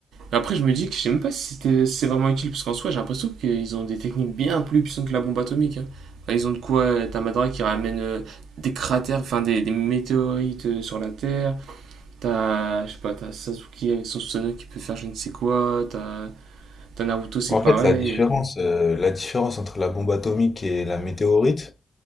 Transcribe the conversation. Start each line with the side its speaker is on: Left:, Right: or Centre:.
Right: Après, je me dis que je sais même pas si c'était- si c'est vraiment utile, parce qu'en soi, j'ai l'impression qu'ils ont des techniques bien plus puissantes que la bombe atomique. hein. Enfin, ils ont de quoi. euh, T'as Madara qui ramène euh, des cratères, enfin des, des météorites euh, sur la Terre. T'as, je sais pas, t'as Sasuke avec son Susanoo qui peut faire je ne sais quoi. T'as t'as Naruto, c'est
Left: En
Right: pareil.
Left: fait, la différence, euh, la différence entre la bombe atomique et la météorite,